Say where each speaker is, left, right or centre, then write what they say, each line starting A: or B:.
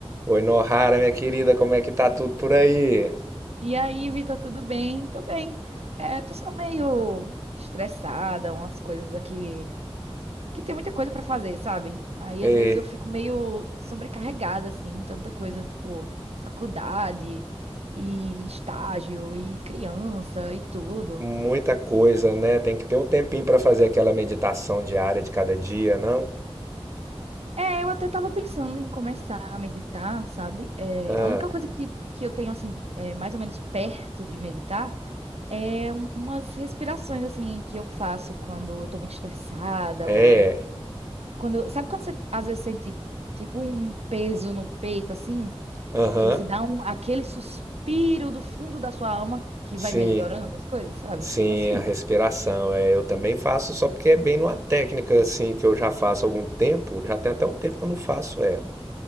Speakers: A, on the right (about 30°); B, on the right (about 85°).
A: Oi, Nohara, minha querida, como é que tá tudo por aí?
B: E aí, Vitor, tudo bem? Tô bem. É, tô só meio estressada, umas coisas aqui que tem muita coisa pra fazer, sabe? Aí
A: Ei,
B: às vezes eu fico meio sobrecarregada assim, tanta coisa, tipo, faculdade e estágio e criança e tudo.
A: muita coisa, né? Tem que ter um tempinho pra fazer aquela meditação diária de cada dia, não?
B: É, eu até tava pensando em começar a meditar, sabe? É,
A: Ah,
B: a única coisa que, que eu tenho assim, é, mais ou menos perto de meditar É um- umas respirações assim que eu faço quando eu tô muito estressada
A: é.
B: ou quando, sabe quando você às vezes sente tipo um peso no peito assim,
A: Aham.
B: que você dá um aquele suspiro do fundo da sua alma que
A: Sim.
B: vai melhorando as coisas, sabe?
A: Sim,
B: Eu faço
A: a
B: isso.
A: respiração. É, eu também faço só porque é bem numa técnica assim que eu já faço há algum tempo, já tem até um tempo que eu não faço ela,